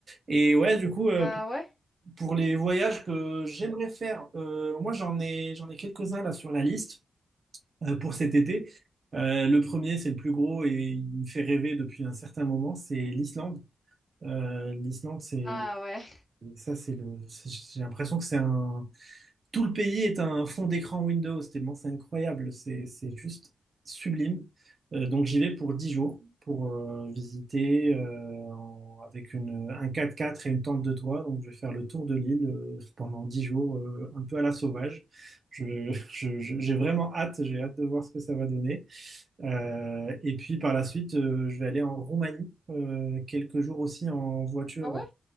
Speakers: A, on the right; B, on the left.
A: Et ouais, du coup,
B: Bah
A: euh,
B: ouais.
A: pour les voyages que j'aimerais faire, euh, moi j'en ai, j'en ai quelques-uns là sur la liste euh, pour cet été. Euh, le premier, c'est le plus gros et il me fait rêver depuis un certain moment, c'est l'Islande. Euh, l'Islande, c'est
B: Ah ouais.
A: ça, c'est le. c'est- J'ai l'impression que c'est un. Tout le pays est un fond d'écran Windows, tellement c'est incroyable, c'est c'est juste sublime. Euh, donc j'y vais pour 10 jours pour euh, visiter euh, en- avec une, un quatre-quatre et une tente de toit. Donc je vais faire le tour de l'île euh, pendant 10 jours, euh, un peu à la sauvage. Je, <laughs> je- je- j'ai vraiment hâte, j'ai hâte de voir ce que ça va donner. Euh, et puis par la suite, euh, je vais aller en Roumanie euh, quelques jours aussi en voiture
B: Ah ouais?